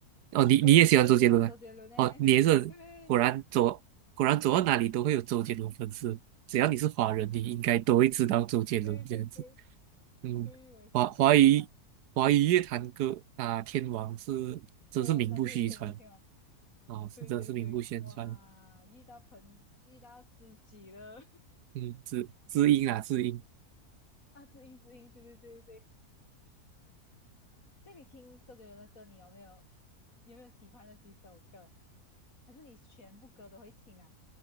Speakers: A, on the right; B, on the left.
A: 哦，你你也喜欢周杰伦啊？
B: 我也是很喜欢周杰伦诶。
A: 哦，你也是，
B: 对对
A: 果然走果然走到哪里都会有周杰伦粉丝，只要你是华人，你应该都会知道周杰伦这样子。
B: 对对对
A: 嗯，
B: 对，我也是很喜欢他。
A: 华华语华语乐坛歌啊，天王是真是名不虚传
B: 歌，那对天王天王，
A: 啊，是真是名不虚传。
B: 对对对，哇，遇到朋遇到知己了，
A: 嗯，知知音啦，知音。
B: <laughs> 啊，知音知音，对对对对对。这样你听周杰伦的歌，你有没有有没有喜欢的几首歌？还是你全部歌都会听啊？